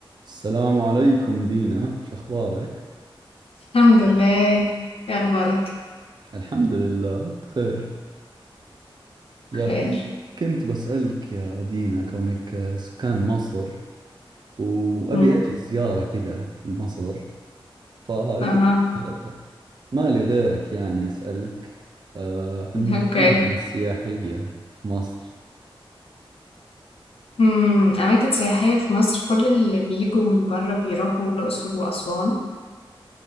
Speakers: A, on the right; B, on the left.
A: السلام عليكم دينا شخبارك؟
B: الحمد لله ايه اخبارك
A: الحمد لله بخير يا
B: بخير
A: أخي كنت بسألك يا دينا كونك سكان مصر وأبي
B: امم
A: أجي زيارة كذا لمصر فقلت
B: اها
A: آه، ما لي غيرك يعني أسألك آه، عن
B: اوكي
A: الأماكن السياحية في مصر
B: امم اماكن سياحيه في مصر كل اللي بيجوا من بره بيروحوا الاقصر واسوان